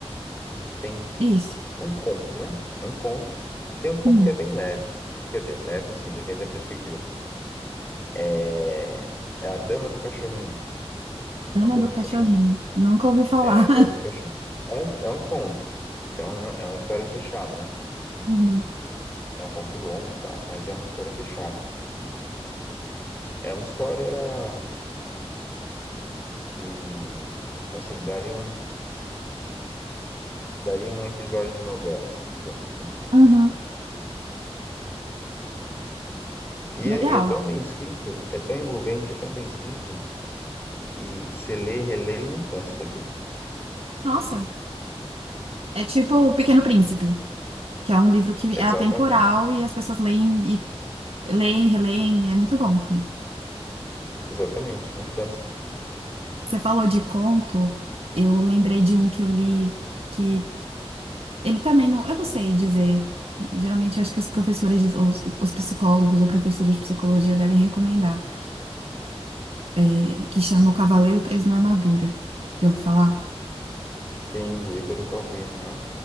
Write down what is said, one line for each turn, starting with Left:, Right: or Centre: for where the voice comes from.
Left: tem
Right: Isso.
Left: um conto, né? Um conto. Tem um conto
Right: Hum.
Left: que é bem leve. Quer dizer, leve assim, depende da perspectiva. É, é A Dama do Cachorrinho.
Right: Dama
Left: A Dama
Right: do Cachorrinho.
Left: do Cachorrinho.
Right: Nunca ouvi falar.
Left: É, A
Right: <laughs>
Left: Dama do Cachorrinho. É um, é um conto. Então, é uma é uma história fechada, né?
Right: Uhum.
Left: É um conto longo, e tal, mas é uma história fechada. É uma história que, assim, daria um, daria um episódio de novela, assim, digamos, né?
Right: Uhum.
Left: E
Right: Legal.
Left: é, e é tão bem escrito, é tão envolvente, é tão bem escrito, que você lê, relê e não cansa, sabia?
Right: Nossa, é tipo O Pequeno Príncipe, que é um livro que é
Left: Exatamente,
Right: atemporal e as pessoas leem e leem, releem, e é muito bom também.
Left: exatamente, não cansa.
Right: Você falou de conto, eu lembrei de um que eu li que ele também não, eu não sei dizer. Geralmente acho que os professores, diz- os, os psicólogos ou professores de psicologia devem recomendar, é, que chama O Cavaleiro Preso na Armadura. Já ouviu falar?
Left: Sim, do Ítalo Calvino, né?